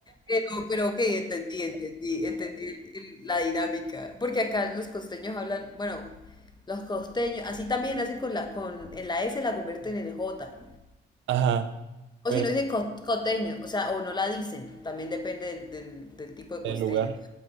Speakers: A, on the left (about 20°); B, on the right (about 70°).
A: Pero, pero ok, entendí, entendí, entendí el- el- la dinámica. Porque acá los costeños hablan, bueno, los costeños, así también hacen con la, con, en la S la convierten en J.
B: Ajá,
A: O
B: pero
A: si no dice co- coteño, o sea, o no la dicen, también depende del, del- del tipo de
B: en
A: costeño.
B: lugar.